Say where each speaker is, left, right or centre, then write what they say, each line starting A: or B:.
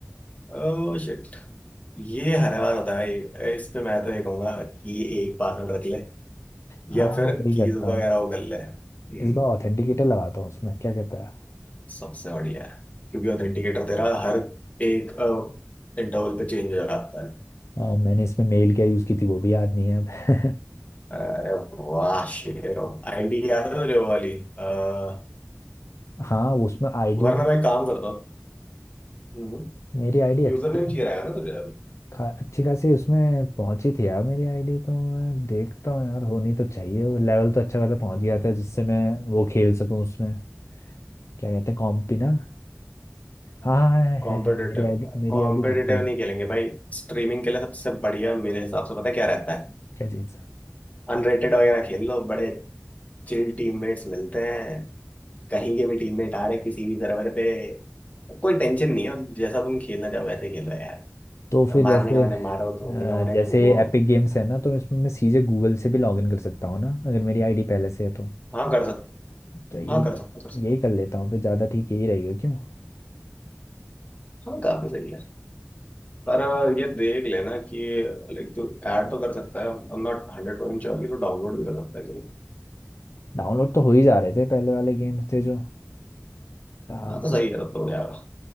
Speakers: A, on the left; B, on the left.
A: ओह शिट ये हर बार होता है इस पे मैं तो ये कहूंगा कि एक पासवर्ड रख ले
B: हाँ
A: या फिर
B: वही
A: कीज
B: करता
A: वगैरह
B: हूँ
A: वो कर ले हम्म
B: इस बार ऑथेंटिकेटर लगाता हूँ उसमें क्या कहता है
A: सबसे बढ़िया है क्योंकि ऑथेंटिकेटर तेरा हर एक इंटरवल पे चेंज हो जाता है
B: अ, मैंने इसमें मेल क्या यूज़ की थी वो भी याद नहीं है अब
A: अरे वाह शेरो आईडी याद है तुझे वो वाली अ,
B: <laughs> हाँ उसमें आईडी
A: वरना
B: मेरी
A: मैं एक काम करता हूँ
B: मेरी आईडी अच्छी
A: यूजर नेम
B: खासी
A: चाहिए रहेगा ना तुझे
B: खा, अच्छी खासी उसमें पहुंची थी यार मेरी आईडी तो मैं देखता हूँ यार होनी तो चाहिए वो लेवल तो अच्छा खासा पहुंच गया था जिससे मैं वो खेल सकूँ उसमें क्या कहते हैं कॉम्पी ना हाँ हाँ, हाँ,
A: कॉम्पिटिटिव
B: है है मेरी आईडी मेरी
A: कॉम्पिटिटिव
B: आईडी दिख रही है
A: नहीं खेलेंगे भाई स्ट्रीमिंग के लिए सबसे बढ़िया मेरे हिसाब से पता क्या रहता है
B: क्या चीज़
A: अनरेटेड वगैरह खेल लो बड़े चिल टीममेट्स मिलते हैं कहीं के भी टीममेट आ रहे किसी भी सर्वर पे कोई टेंशन नहीं है मतलब जैसा तुम खेलना चाहो वैसे खेलो यार
B: तो फिर जैसे
A: मारने का मैंने मारो घूमने
B: अ,
A: का मैंने
B: जैसे
A: घूमो
B: एपिक गेम्स है ना तो इसमें मैं सीधे गूगल से भी लॉग इन कर सकता हूँ ना अगर मेरी आईडी पहले से है तो
A: हाँ कर सकते
B: तो यही
A: हाँ कर
B: कर,
A: सकते कर सकते
B: यही कर लेता हूँ फिर ज़्यादा ठीक यही रहेगा क्यों
A: हाँ काफी सही है पर ये देख लेना कि लाइक तू ऐड तो कर सकता है I am not hundred percent sure कि तू डाउनलोड भी कर सकता है कि नहीं
B: डाउनलोड तो हो ही जा रहे थे पहले वाले गेम्स थे जो बाकी
A: हाँ तो सही है तब तो हो जाएगा